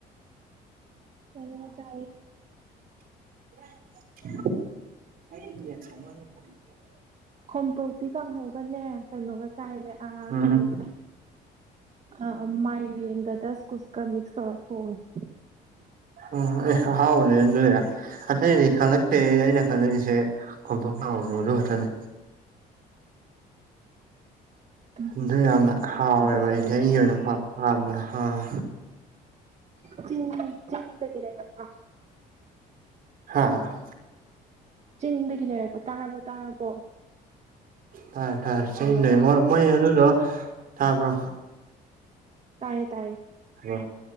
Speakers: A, on the right (about 40°); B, on the right (about 60°).
A: ꯆ ꯆꯥ
B: ꯋꯥ
A: ꯈꯣꯝꯊꫭꯛꯄꯤ ꯀꯥꯡꯍꯧꯒꯅꯦ ꯀꯩꯅꯣꯒ ꯆꯥꯏꯌꯦ ꯑꯥ
B: ꯎꯝ
A: ꯀꯔꯤꯕ ꯑꯥ ꯑ ꯃꯥꯏꯔꯦꯟꯒ ꯗꯁꯀꯨꯁꯀ ꯃꯤꯛꯁ ꯇꯧꯔ ꯊꫭꯡꯉꯦ
B: ꯑꯣ ꯑꯦ ꯑꯍꯥꯎꯕꯅꯦ ꯑꯗꯨꯗꯤ ꯑꯇꯩꯗꯤ ꯀꯂꯛꯇꯦ‌ ꯑꯩꯅ ꯀꯜꯂꯛꯏꯁꯦ ꯈꯣꯝꯊꯣꯛꯄꯤ ꯀꯥꯡꯍꯧꯗꯣ ꯑꯗꯨ ꯈꯛꯇꯅꯤ
A: ꯎꯝ
B: ꯑꯗꯨ ꯌꯥꯝꯅ ꯍꯥꯎꯋꯦꯕ
A: ꯑꯗꯨ ꯆꯥꯏ
B: ꯑꯩꯗꯤ ꯑꯩꯒꯤ ꯑꯣꯏꯅ ꯄꯥꯝ ꯄꯥꯝꯕꯗꫭ ꯑꯥ
A: ꯆꯤꯡ ꯆꯤꯡꯗꯒꯤꯔꯥ ꯅꯛꯄꯥ
B: ꯍꯥ
A: ꯆꯤꯡꯗꯒꯤ ꯂꯩꯔꯛꯄ ꯇꯥꯔꯕꯣ ꯇꯥꯔꯕꯣ
B: ꯇꯥꯔꯦ ꯇꯥꯔꯦ ꯆꯤꯡꯗꯩ
A: ꯍꯜꯂꯣ
B: ꯃꯣꯏ ꯃꯣꯏ ꯑꯗꯨꯗꯣ ꯇꯥꯕ꯭ꯔꯣ
A: ꯇꯥꯏꯌꯦ ꯇꯥꯏꯌꯦ
B: ꯑꯣ